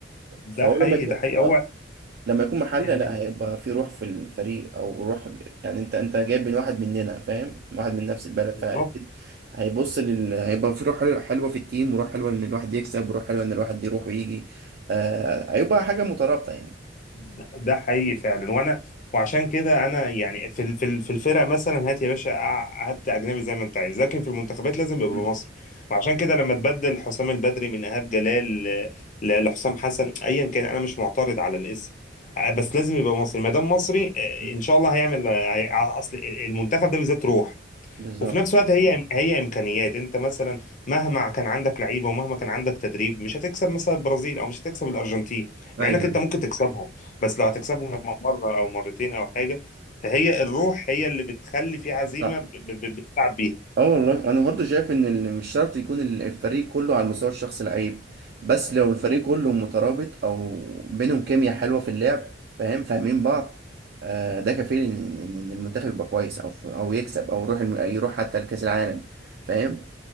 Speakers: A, on the right; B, on the left.
A: فهو
B: ده حقيقي
A: لما يكون
B: ده حقيقي
A: آه،
B: هو
A: لما يكون محلي
B: ال-
A: لا
B: ال-
A: هيبقى في روح في الفريق او روح يعني انت انت جايب من واحد مننا فاهم واحد من نفس البلد
B: بالظبط
A: فاكيد هيبص لل... هيبقى في روح حلوة حلوة في التيم وروح حلوة ان الواحد يكسب وروح حلوة ان الواحد يروح ويجي آه هيبقى حاجة مترابطة يعني
B: ده ده حقيقي فعلا وانا وعشان كده انا يعني في ال- في ال- في الفرق مثلا هات يا باشا أع- هات اجنبي زي ما انت عايز لكن في المنتخبات لازم يبقى
A: م-
B: مصري وعشان كده لما تبدل حسام البدري من ايهاب جلال ل- ل- لحسام حسن ايا كان انا مش معترض على الاسم آه، بس لازم يبقى مصري ما دام مصري آه،
A: م-
B: ان شاء الله هيعمل آه، هي- اصل المنتخب ده بالذات روح
A: بالظبط
B: وفي نفس الوقت هي هي امكانيات انت مثلا مهما كان عندك لعيبه ومهما كان عندك تدريب مش هتكسب مثلا البرازيل او مش هتكسب الارجنتين مع
A: ايوه
B: انك انت ممكن تكسبهم بس لو هتكسبهم مره او مرتين او حاجه فهي الروح هي اللي بتخلي في عزيمه
A: صح
B: ب- ب- بتلعب بيها
A: اه والله انا برضو شايف ان اللي مش شرط يكون ال- الفريق كله على المستوى الشخصي لعيب بس لو الفريق كله مترابط او بينهم كيمياء حلوه في اللعب فاهم فاهمين بعض آه، ده كفيل ان ان إن- إن المنتخب يبقى كويس او ف- او يكسب او يروح الم- يروح حتى لكاس العالم فاهم